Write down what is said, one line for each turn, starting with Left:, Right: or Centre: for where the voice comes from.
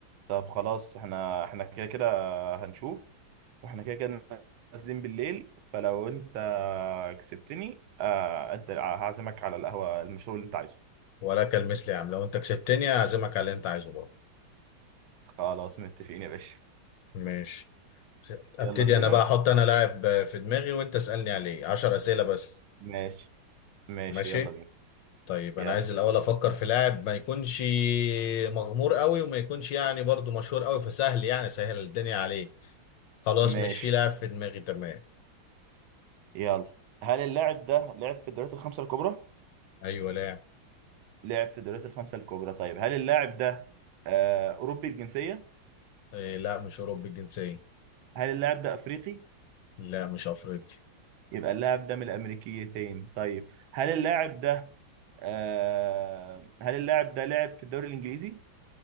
Right: طب خلاص احنا احنا كده كده هنشوف واحنا كده كده نازلين بالليل فلو أنت كسبتني آه، أنت هعزمك على القهوة المشروب اللي أنت عايزه
Left: ولا كالمثل يا عم لو انت كسبتني اعزمك على اللي انت عايزه بقى
Right: خلاص متفقين يا باشا
Left: ماشي ابتدي
Right: يلا بينا
Left: انا بقى احط انا لاعب في دماغي وانت اسالني عليه عشر اسئله بس
Right: ماشي ماشي
Left: ماشي
Right: يلا بينا
Left: طيب
Right: يلا
Left: انا عايز الاول افكر في لاعب ما يكونش مغمور قوي وما يكونش يعني برضو مشهور قوي فسهل يعني سهل الدنيا عليه خلاص
Right: ماشي
Left: مش في لاعب في دماغي تمام
Right: يلا هل اللاعب ده لعب في الدوريات الخمسة الكبرى؟
Left: ايوه لاعب
Right: لعب في الدوريات الخمسة الكبرى طيب هل اللاعب ده آه، أوروبي الجنسية؟
Left: إيه لا مش اوروبي الجنسيه
Right: هل اللاعب ده أفريقي؟
Left: لا مش افريقي
Right: يبقى اللاعب ده من الأمريكيتين طيب هل اللاعب ده آه، هل اللاعب ده لعب في الدوري الإنجليزي؟